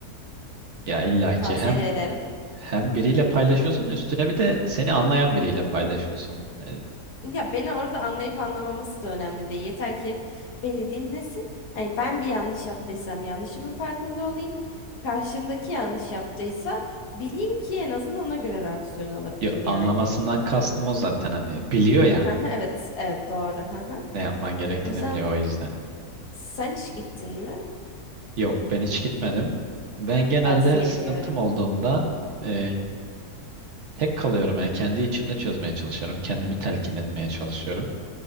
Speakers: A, on the right; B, on the left.
A: Ya illaki
B: Tavsiye
A: hem
B: de ederim.
A: hem biriyle paylaşıyorsun üstüne bir de seni anlayan biriyle paylaşıyorsun. E,
B: Ya beni orada anlayıp anlamaması da önemli değil. Yeter ki beni dinlesin. Hani ben bir yanlış yaptıysam yanlışımın farkında olayım. Karşımdaki yanlış yaptıysa bileyim ki en azından ona göre reaksiyon alabileyim
A: yo- anlamasından
B: yani.
A: kastım o zaten hani biliyor ya
B: <laughs> Hah, Evet, evet doğru. Hah.
A: ne yapman gerektiğini
B: O yüzden
A: biliyor o yüzden.
B: sen hiç gittin mi?
A: Yok ben hiç gitmedim. Ben genelde
B: Tavsiye
A: sıkıntım
B: ediyorum.
A: olduğumda e, tek kalıyorum. Yani kendi içimde çözmeye çalışıyorum. Kendimi telkin etmeye çalışıyorum.